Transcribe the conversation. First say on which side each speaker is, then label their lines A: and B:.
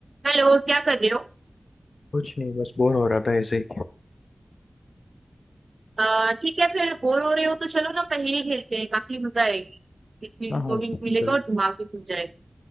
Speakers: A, on the right (about 60°); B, on the left (about 80°).
A: हेलो क्या कर रहे हो
B: कुछ नहीं बस बोर हो रहा था ऐसे ही
A: अह, ठीक है फिर बोर हो रहे हो तो चलो ना पहेली खेलते हैं काफी मजा आएगी सीखने
B: हाँ हाँ
A: को भी
B: बिल्कुल
A: मिलेगा और दिमाग भी खुल जाएगा